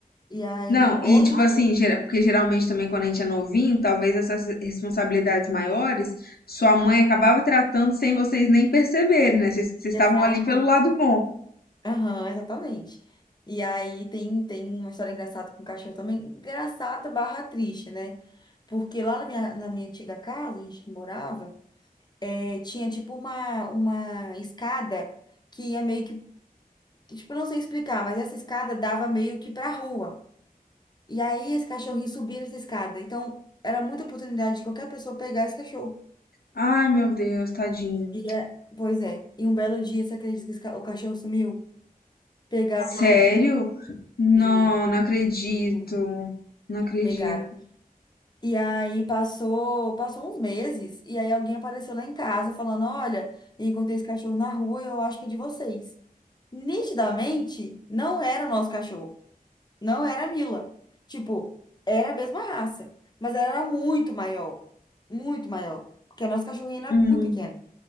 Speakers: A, on the left; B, on the left.
A: E aí,
B: Não,
A: outra
B: e tipo
A: história.
B: assim, gera- porque geralmente também quando a gente é novinho, talvez essas responsabilidades maiores, sua mãe acabava tratando sem vocês nem perceberem, né? Vocês vocês estavam
A: Exato.
B: ali pelo lado bom.
A: Aham, exatamente. E aí tem, tem uma história engraçada com o cachorro também. Engraçada barra triste, né? Porque lá na minha, na minha antiga casa, a gente morava, eh, tinha tipo uma, uma escada que ia meio que. Tipo, eu não sei explicar, mas essa escada dava meio que pra rua. E aí esse cachorrinho subia nessa escada. Então, era muita oportunidade de qualquer pessoa pegar esse cachorro.
B: Ai, meu Deus, tadinho.
A: E é, pois é. E um belo dia, você acredita que esse ca- o cachorro sumiu? Pegaram o cachorro,
B: Sério? Não,
A: juro,
B: não acredito.
A: juro,
B: Não acredito.
A: pegaram. E aí passou, passou uns meses, e aí alguém apareceu lá em casa falando: Olha, encontrei esse cachorro na rua, eu acho que é de vocês. Nitidamente, não era o nosso cachorro, não era a Mila. Tipo, era a mesma raça, mas ela era muito maior, muito maior, porque a nossa cachorrinha era
B: Hum.
A: muito pequena.